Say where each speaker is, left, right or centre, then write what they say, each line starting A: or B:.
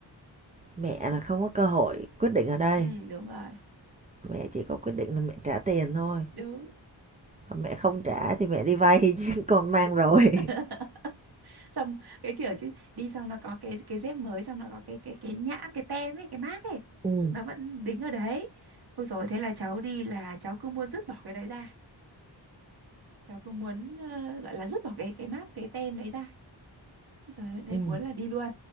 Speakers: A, on the right (about 20°); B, on the right (about 55°).
A: Mẹ là không có cơ hội quyết định ở đây,
B: ừ đúng rồi
A: mẹ chỉ có quyết định là mẹ trả tiền thôi,
B: đúng
A: còn mẹ không trả thì mẹ đi vay <laughs> chứ con mang rồi.
B: <laughs> xong cái kiểu chứ đi xong nó có cái cái dép mới xong nó có cái cái cái nhãn cái tem ấy cái mác ấy
A: Ừm,
B: nó vẫn đính ở đấy ôi rồi thế là cháu đi là cháu cứ muốn dứt bỏ cái đấy ra cháu cứ muốn ờ, gọi là dứt bỏ cái cái mác cái tem đấy ra rồi để
A: ừm.
B: muốn là đi luôn